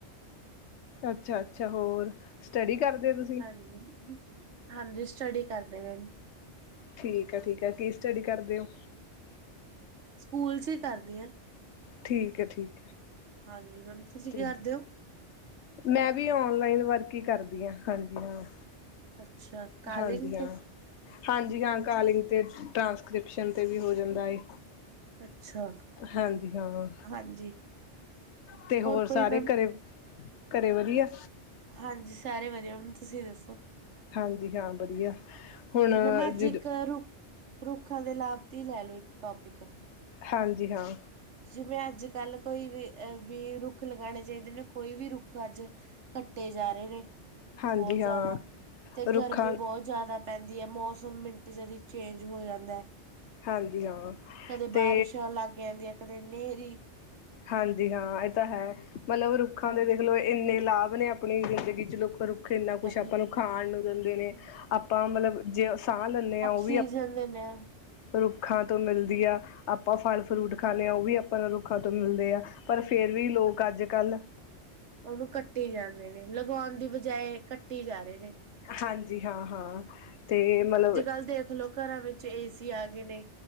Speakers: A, on the left; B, on the right.
A: ਅੱਛਾ-ਅੱਛਾ, ਹੋਰ ਸਟੱਡੀ ਕਰਦੇ ਓਂ ਤੁਸੀਂ।
B: ਹਾਂਜੀ-ਹਾਂਜੀ, ਸਟੱਡੀ ਕਰਦੇ ਮੈਮ।
A: ਠੀਕ ਐ-ਠੀਕ ਐ ਕੀ ਸਟੱਡੀ ਕਰਦੇ ਓਂ।
B: ਸਕੂਲ ਚ ਈ ਕਰਦੀ ਆਂ,
A: ਠੀਕ ਹੈ ਠੀਕ ਹੈ
B: ਹਾਂਜੀ ਮੈਮ ਤੁਸੀਂ
A: ਤੇ
B: ਕੀ ਕਰਦੇ ਓਂ।
A: ਮੈਂ ਵੀ ਔਨਲਾਈਨ ਵਰਕ ਈ ਕਰਦੀ ਆਂ ਹਾਂਜੀ ਹਾਂ।
B: ਅੱਛਾ। ਕਾਲਿੰਗ
A: ਹਾਂਜੀ ਹਾਂ।
B: ਤੇ
A: ਹਾਂਜੀ ਹਾਂ ਕਾਲਿੰਗ ਤੇ ਟ੍ਰਾਂਸਕ੍ਰਿਪਸ਼ਨ ਤੇ ਵੀ ਹੋ ਜਾਂਦਾ ਏ।
B: ਅੱਛਾ
A: ਹਾਂਜੀ ਹਾਂ।
B: ਹਾਂਜੀ।
A: ਤੇ ਹੋਰ
B: ਕੋਈ
A: ਸਾਰੇ
B: ਮੈਮ
A: ਘਰੇ, ਘਰੇ ਵਦੀਆ।
B: ਹਾਂਜੀ ਸਾਰੇ ਵਦੀਆ ਮੈਮ ਤੁਸੀਂ ਦੱਸੋ।
A: ਹਾਂਜੀ ਹਾਂ ਵਦੀਆ, ਹੁਨ
B: ਮੈਮ ਅੱਜ
A: ਜਦੋ
B: ਇੱਕ ਰੁੱਖ ਰੁੱਖਾਂ ਦੇ ਲਾਭ ਤੀ ਲੈ ਲੋ ਇੱਕ ਟੋਪਿਕ।
A: ਹਾਂਜੀ ਹਾਂ।
B: ਜਿਵੇਂ ਅੱਜ-ਕੱਲ ਕੋਈ ਵੀ ਅ ਵੀ ਰੁੱਖ ਰੁੱਖ ਲਗਾਨੇ ਚਾਈਦੇ ਨੇ ਕੋਈ ਵੀ ਰੁੱਖ ਅੱਜ ਕੱਟੇ ਜਾ ਰਏ ਨੇ।
A: ਹਾਂਜੀ
B: ਬਹੁ ਜ਼ਾਦਾ
A: ਹਾਂ
B: ਤੇ
A: ਰੁੱਖਾਂ
B: ਗਰਮੀ ਬਹੁ ਜਾਦਾ ਪੈਂਦੀ ਐ ਮੌਸਮ ਮਿੰਟ ਜਦੀ ਚੇਂਜ ਹੋ ਜਾਂਦੈ।
A: ਹਾਂਜੀ ਹਾਂ
B: ਕਦੇ
A: ਤੇ
B: ਬਾਰਿਸ਼ ਔਨ ਲੱਗ ਜਾਂਦੀਐ ਕਦੇ ਨੇਰੀ
A: ਹਾਂਜੀ ਹਾਂ ਏ ਤਾਂ ਹੈ ਮਤਲਬ ਰੁੱਖਾਂ
B: ਹਾਂਜੀ
A: ਦੇ ਦੇਖ ਲੋ ਇੰਨੇ ਲਾਭ ਨੇ ਆਪਨੀ ਜ਼ਿੰਦਗੀ ਚ ਲੋਕ ਰੁੱਖ ਏਨਾ ਕੁੱਛ
B: ਹਾਂਜੀ
A: ਆਪਾਂ ਨੂੰ ਖਾਨ ਨੂੰ ਦਿੰਦੇ ਨੇ, ਆਪਾਂ ਮਤਲਬ ਜੇ ਸਾਹ ਲੈਂਨੇ ਆਂ ਓ
B: ਸੀਜ਼ਨ ਨੇ ਮੈਮ।
A: ਰੁੱਖਾਂ ਤੋਂ ਮਿਲਦੀ ਆ, ਆਪਾਂ ਫਲ ਫਰੂਟ ਖਾਂਨੇ ਆਂ ਓਹ ਵੀ ਆਪਾਂ ਨੂੰ ਰੁੱਖਾਂ ਤੋਂ ਮਿਲਦੇ ਆ। ਪਰ ਫੇਰ ਵੀ ਲੋਕ ਅੱਜ-ਕੱਲ
B: ਓਨੂੰ ਕੱਟੀ ਜਾਂਦੇ ਨੇ ਲਗੌਨ ਦੀ ਬਜਾਏ ਕੱਟੀ ਜਾਰੇ ਨੇ।
A: ਹਾਂਜੀ ਹਾਂ- ਹਾਂ ਤੇ ਮਤਲਬ
B: ਕੱਲ ਦੇਖਲਓ ਘਰਾਂ ਵਿੱਚ ਏਸੀ ਆ ਗਏ ਨੇ